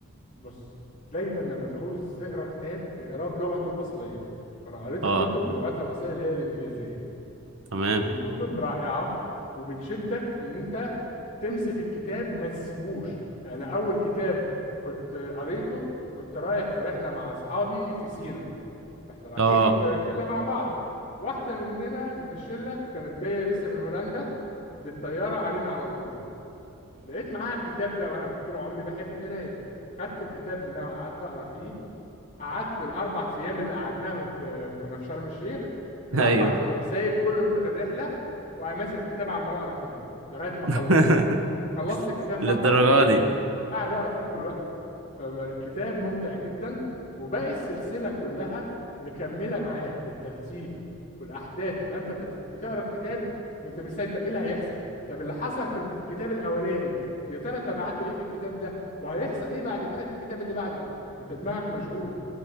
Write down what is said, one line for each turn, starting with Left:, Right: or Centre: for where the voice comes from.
Left: بص دايما لما تعوز تقرا كتاب اقراه بلغته الأصلية أنا قريت
Right: اه
Left: الكتب بلغتها الأصلية اللي هي الإنجليزية
Right: تمام
Left: الكتب رائعة وبتشدك إن أنت تمسك الكتاب ما تسيبوش يعني أول كتاب كنت قريته كنت رايح في رحلة مع أصحابي في سينا احنا رايحين
Right: اه
Left: جو- شله مع بعض واحده مننا من الشله كانت جايه لسه من هولندا بالطياره علينا على طول لقيت معاها الكتاب ده وانا بحب- طول عمري بحب القرايه خدت الكتاب منها وقعدت اقرا فيه قعدت الاربع ايام اللي قعدناهم في كنا في شرم الشيخ الاربع
Right: ايوه
Left: ايام سايب كل الرحله وماسك الكتاب عمال اقرا فيه لغايه ما
Right: <laughs>
Left: خلصه خلصت الكتاب في
Right: للدرجه
Left: اربع ايام
Right: دي
Left: قاعد اقرا فيه طول الوقت فالكتاب ممتع جدا وباقي السلسله كلها مكمله معاك بالترتيب والاحداث تبقى انت بتت- بتقرا الكتاب وانت مستني طب ايه اللي هيحصل طب اللي حصل في الكتاب الاولاني يا ترى تبعته ايه في الكتاب ده وهيحصل ايه بعد كده في الكتاب اللي بعده انت دماغك مشغوله